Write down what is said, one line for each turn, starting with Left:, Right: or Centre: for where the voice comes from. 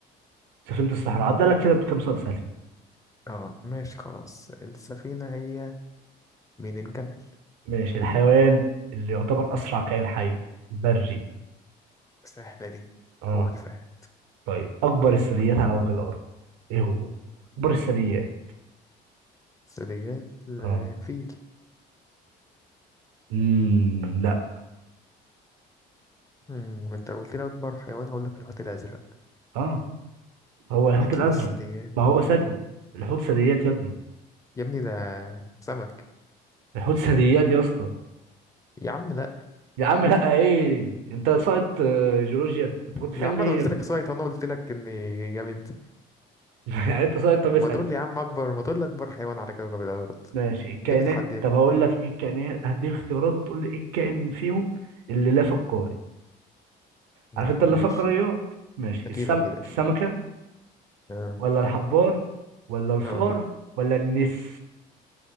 Right: سفينه الصحراء
Left: مم.
Right: هبدا لك كده بكم سؤال سهل
Left: اه ماشي خلاص السفينة هي من الجمل
Right: ماشي الحيوان اللي يعتبر اسرع كائن حي بري
Left: سهلة دي
Right: اه
Left: هو الفهد
Right: طيب اكبر الثدييات على وجه الارض ايه هو اكبر الثدييات
Left: ثدييات آه،
Right: اه
Left: فيل
Right: امم لا
Left: مم، ما انت لو قلت لي اكبر حيوان هقول لك الحوت الازرق
Right: اه هو الحوت
Left: لكن
Right: الازرق
Left: الثدييات
Right: ما هو ثدي الحوت ثدييات يا ابني
Left: يا ابني ده سمك
Right: بيحط ثدييات يا اسطى
Left: يا عم لا
Right: يا عم لا ايه انت ساقط آه، جيولوجيا انت كنت في
Left: يا
Right: علم
Left: عم
Right: ايه
Left: انا قلت
Right: يا ابني
Left: لك سويت انا قلت لك اني جامد
Right: <laughs> يعني انت ساقط طب اسال
Left: ما تقول
Right: اسال.
Left: لي يا عم اكبر ما تقول لي اكبر حيوان على كوكب الارض
Right: ماشي الكائنات
Left: ليه بتحدد
Right: طب هقول لك ايه الكائنات هديك اختيارات وتقول لي ايه الكائن فيهم اللي لا فقاري
Left: نفهم
Right: عارف انت اللا
Left: ماشي
Right: فقاريات ماشي
Left: اكيد
Right: السم...
Left: اكيد اكيد
Right: السمكه
Left: يعني اه
Right: ولا الحبار ولا الفار
Left: اه
Right: ولا النس